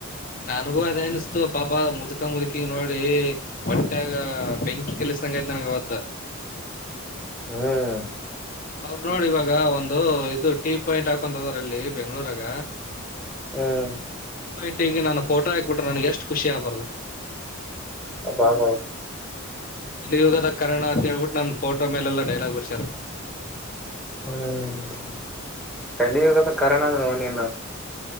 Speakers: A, on the left; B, in the centre.
A: ನನಗೂ ಅದ ಅನಿಸ್ತು ಬಾಬಾ ಮುದುಕ ಮು್ಕಿ ನೋಡಿ ಒಟ್ಟಾಗ ಬೆಂಕಿ ಕೆಲ್ಸ ತನಗೆ ಬತ್ತ
B: ಹ್ಮ್
A: ಅವ್ರ ನೋಡಿ ಇವಾಗ ಒಂದು ಇದು ಟೀ ಪಾಯಿಂಟ್ ಹಾಕಂತದ್ರಲ್ಲಿ ಬೆಂಗ್ಳೂರಾಗ
B: ಹ್ಮ್
A: ಟ ಈಗ ನಾನು ಫೋಟೋ ಹಾಕ್ಬಿಟ್ರೆ ನನ್ಗೆ ಎಷ್ಟು ಖುಷಿ ಆಗ್ಬಾರ್ದು
B: ಬಾಾ
A: ಕಲ ಯುಗದ ಕಾರಣ ಅಂತ ಹೇಳ್ಬಿಟ್ಟು ನನ್ ಫೋಟೋ ಮೇಲೆಲ್ಲಾ ಡೈಲಾಗ್ ಬರ್ಸ್ಯಾರ
B: ಹ್ಮ್ ಇಲ್ಲಿ ಇ ಕಾರಣ ನೀ